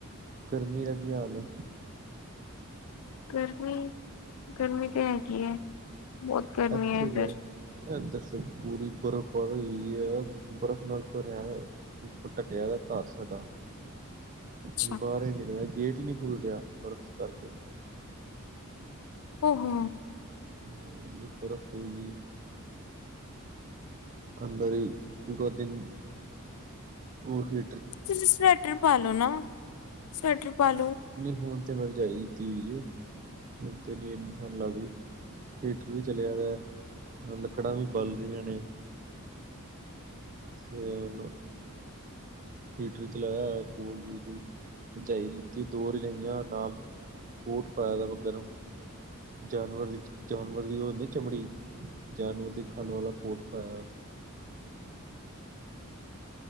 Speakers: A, on the right; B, on the left.
A: ਗਰਮੀ ਦਾ ਕੀ ਹਾਲ ਐ?
B: ਗਰਮੀ-ਗਰਮੀ ਤਾਂ ਹੈਗੀ ਹੈ? ਬਹੁਤ ਗਰਮੀ
A: ਇੱਥੇ
B: ਹੈ ਇੱਧਰ
A: ਦੇ ਇਧਰ ਤੇ ਪੂਰੀ ਬਰਫ਼ ਉਪਰ ਹੋਈ ਔਈ ਐ ਬਰਫ਼ ਨਾਲ ਭਰਿਆ ਏ ਉੱਪਰ ਢੱਕਿਆ ਹੋਇਐ ਘਰ ਸਾਡਾ
B: ਅੱਛਾ
A: ਬਾਹਰ ਹੀ <unintelligible> ਗੇਟ ਈ ਨਹੀਂ ਖੁੱਲ੍ਹ ਰਿਹਾ ਬਰਫ਼ ਕਰਕੇ,
B: ਔਹੋ,
A: <unintelligible> ਬਰਫ਼ ਪਈ ਗਈ ਅੰਦਰ ਈ ਪੂਰਾ ਦਿਨ ਉਹਹੀ
B: ਤੁਸੀਂ ਸਵੈਟਰ ਪਾਲੋ ਨਾ। ਸਵੈਟਰ ਪਾ ਲੋ
A: ਨਹੀਂ ਹੁਣ ਮੈਂ ਰਜਾਈ ਲੀਤੀ ਹੋਈ ਐ। ਹੁਣ ਤਾਂ ਨੀਂ ਏਨ ਠੰਡ ਲੱਗਦੀ ਹੀਟਰ ਵੀ ਚਲਾਿਆ ਦਾ ਐ, ਲੱਕੜਾਂ ਵੀ ਬੱਲ ਰਹੀਆਂ ਨੇ ਤੇ ਉਹਨੂੰ ਹੀਟਰ ਚਲਾਇਆ ਕੋਲ ਬਿਲਕੁਲ ਰਜਾਈ ਲਿੱਤੀ ਦੋ ਰਜਾਈਆਂ ਨਾਲ ਕੋਟ ਪਾਇਆ ਦਾ ਵ ਗਰਮ ਜਾਨਵਰ ਦੀ ਜਾਨਵਰ ਦੀ ਉਹ ਹੁੰਦੀ ਚਮੜੀ ਜਾਨਵਰ ਦੀ ਖਣ ਵਾਲਾ ਕੋਟ ਪਾਇਆ।